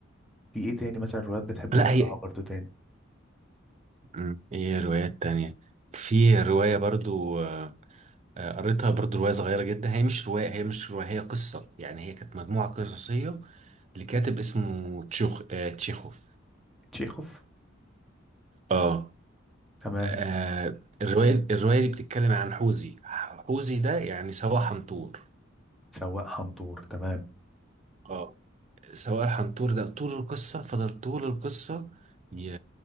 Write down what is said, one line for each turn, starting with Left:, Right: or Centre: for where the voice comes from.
Centre: في إيه تاني مثلا روايات بتحب
Right: لا
Centre: تقراها
Right: هي
Centre: برضو تاني
Right: مم. ايه روايات تانية في رواية برضو آه، آه، قريتها برضو رواية صغيرة جدا هي مش رواية هي مش رواية هي قصة يعني هي كانت مجموعة قصصية لكاتب اسمه تشيخ آه، تشيخوف
Centre: تشيخوف
Right: اه
Centre: تمام
Right: آه، الرواية الرواية دي بتتكلم عن حوزي حوزي ده يعني سواق حنطور
Centre: سواق حنطور تمام
Right: اه سواق الحنطور ده طول القصة فضل طول القصة ي...